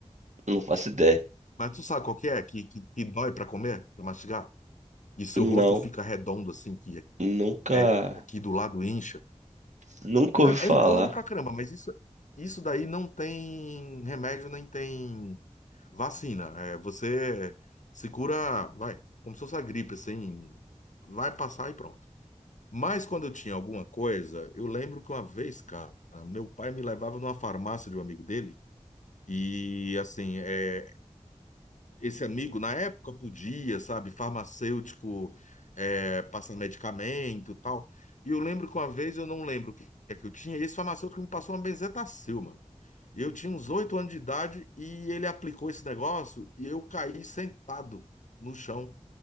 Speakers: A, on the right; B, on the left.
A: Não faço ideia.
B: Mas tu sabe qual que é? Que, que, que dói pra comer, pra mastigar? E seu
A: Não.
B: rosto fica redondo assim, que
A: Nunca.
B: é aqui do lado incha.
A: Nunca
B: É,
A: ouvi falar.
B: é incômodo pra caramba, mas isso, isso daí não tem remédio nem tem vacina. É, você se cura, vai, como se fosse a gripe, assim, vai passar e pronto. Mas quando eu tinha alguma coisa, eu lembro que uma vez, cara, meu pai me levava numa farmácia de um amigo dele. E assim, é, esse amigo na época podia, sabe, farmacêutico, é, passar medicamento e tal. E eu lembro que uma vez, eu não lembro o que é que eu tinha, e esse farmacêutico me passou uma benzetacil, mano. E Eu tinha uns oito anos de idade e ele aplicou esse negócio e eu caí sentado no chão,